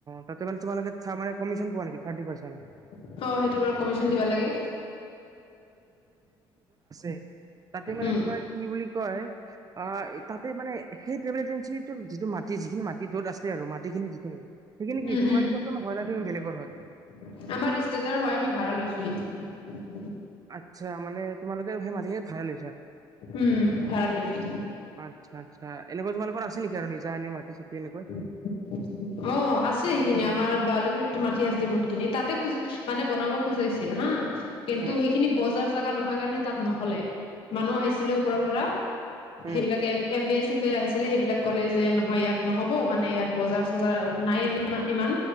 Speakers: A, on the right; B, on the left.
A: তাতে মানে তোমালোকে ঠা মানে কমিশ্বন পোৱা নেকি থাৰ্টি পাৰ্চেন্ট?
B: অ', সেইটো বাৰু কমিশ্বন দিবা লাগে।
A: এ তাতে মানে
B: উম
A: তোমাৰ কি বুলি কয় অ', তাতে মানে সেই ট্ৰভেল এজেঞ্চিৰ যিটো মাটি, যিখিনি মাট টি য'ত আছে আৰু মাটিখিনি সেইখিনি কি
B: উম,
A: তোমালোকৰতো
B: উম,
A: নহয় না তুমি বেলেগৰ হয়
B: আমাৰ ৰিস্তেদাৰ হয়, আমি ভাড়া লৈছো এইটো। <inaudible>
A: আচ্ছা, মানে তোমালোকে সেমা হে ভাড়ালে
B: উম ভাড়াত লৈছো
A: আচ্ছা, আচ্ছা এনেকুৱা তোমালোকৰ আছে নেকি আৰু নিজ যা এনে মাটি চাতি হেৰিকৈ
B: অ আছে সেইখিনি আমাৰ বালুকুৰিটো মাটি আছে বহুতখিনি তাতে খোজো মানে বনাব খজাইছে হা কিন্তু
A: উম
B: সেইখিনি বজাৰ জাগা নহয় কাৰণে তাত নহলে মানুহ আহিছিলে ওপৰপৰা
A: উম
B: সেইবিলাক এম বি এ চ <inaudible> আহছিলে সেইবিলাক কলেজে নহয় ইয়াত নহব মানে ইয়াত। বজাৰ চজাৰ নাই ইমান ইমান